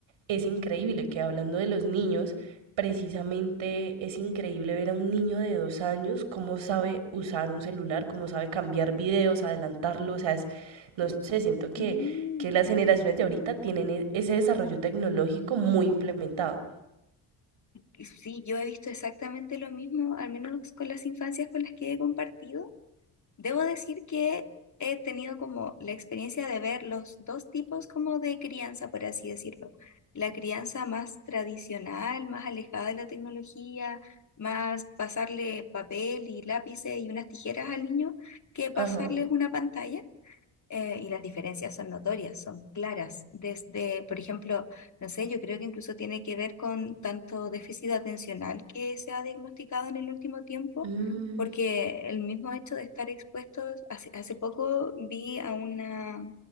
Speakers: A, on the right; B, on the left.
A: es increíble que hablando de los niños, precisamente es increíble ver a un niño de dos años cómo sabe usar un celular, cómo sabe cambiar videos, adelantarlo, o sea, es, no sé, siento que,
B: Mm,
A: que las generaciones de ahorita tienen e- ese desarrollo tecnológico muy implementado.
B: y Sí, yo he visto exactamente lo mismo, al menos con las infancias con las que he compartido. Debo decir que he tenido como la experiencia de ver los dos tipos como de crianza, por así decirlo. La crianza más tradicional, más alejada de la tecnología, más pasarle papel y lápices y unas tijeras al niño que pasarles
A: Ajá.
B: una pantalla eh, y las diferencias son notorias, son claras. Desde, por ejemplo, no sé, yo creo que incluso tiene que ver con tanto déficit atencional que se ha diagnosticado en el último tiempo,
A: Mm,
B: porque el mismo hecho de estar expuestos, hace, hace poco vi a una